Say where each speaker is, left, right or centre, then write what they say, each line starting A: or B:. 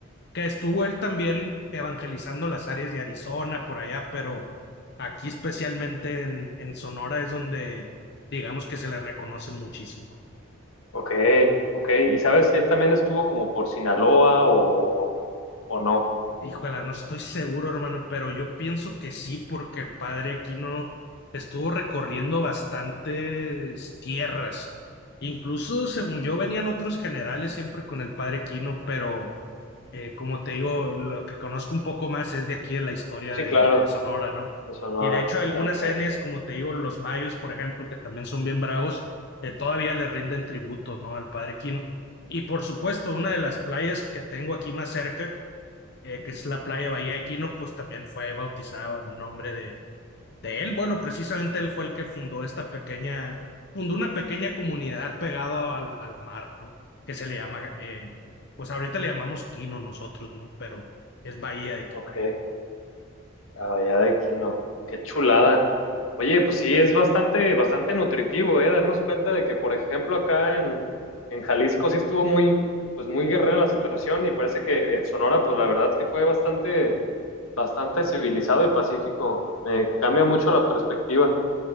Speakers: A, on the left; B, on the left.
A: que estuvo él también evangelizando las áreas de Arizona, por allá, pero aquí especialmente en, en Sonora es donde digamos que se le reconoce muchísimo.
B: ok, ok. ¿Y sabes si él también estuvo como por Sinaloa o, o no?
A: Híjole, no estoy seguro, hermano, pero yo pienso que sí, porque el padre Aquino estuvo recorriendo bastantes tierras. Incluso, según yo, venían otros generales siempre con el padre Aquino, pero Eh, como te digo, lo que conozco un poco más es de aquí de la historia
B: Sí,
A: de,
B: claro,
A: de Sonora, ¿no?
B: de Sonora,
A: Y de hecho, algunas
B: tal cual,
A: etnias, como te digo, los mayos, por ejemplo, que también son bien bravos, eh, todavía le rinden tributo, ¿no? Al Padre Quino. Y por supuesto, una de las playas que tengo aquí más cerca, eh, que es la playa de Bahía de Quino, pues también fue bautizada en nombre de, de él. Bueno, precisamente él fue el que fundó esta pequeña, fundó una pequeña comunidad pegado al, al mar, ¿no? Que se le llama, eh, pues ahorita le llamamos Quino nosotros, ¿no? Pero es Bahía de Quino.
B: ok. La Bahía de Quino. Qué chulada. Oye, pues sí, es bastante, bastante nutritivo, ¿eh? Darnos cuenta de que, por ejemplo, acá en, en Jalisco sí estuvo muy, pues muy guerrera la situación y parece que en Sonora, pues la verdad es que fue bastante, bastante civilizado y pacífico. Me cambia mucho la perspectiva.